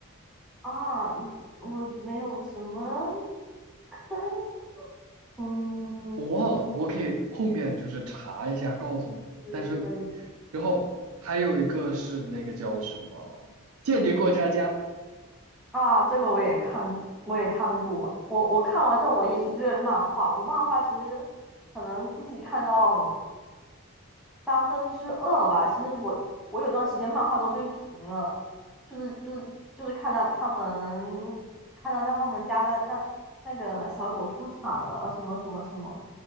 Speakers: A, in the centre; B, on the right (about 80°).
A: 啊，嗯我没有什么，<laughs> 嗯，
B: 我忘了，我可以后面就是查一下告诉你。
A: 可以可以。
B: 但是，然后还有一个是那个叫什么《间谍过家家》
A: 啊，这个我也看过，我也看过。我我看完之后，我也去追了漫画。我漫画其实可能估计看到三分之二吧。其实我我有段时间漫画都追平了，就是就是就是看到他们看到那他们家那那那个小狗出场了，什么什么什么，